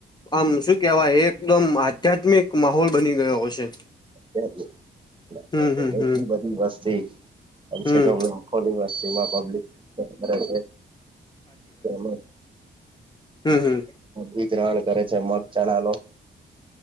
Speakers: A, on the left; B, on the right.
A: આમ સું કેવાય એકદમ આધ્યાત્મિક માહોલ બની ગયો હશે.
B: ત્યારે
A: હમ હમ હમ
B: એટલી બધી વસ્તી અમ
A: હમ
B: સે કમ તો લાખો યુનિવર્સિમાં પબ્લિક કરે છે, <inaudible>
A: હમ્મ-હમ્મ.
B: વિતારણ કરે છે. મગ, ચળા નો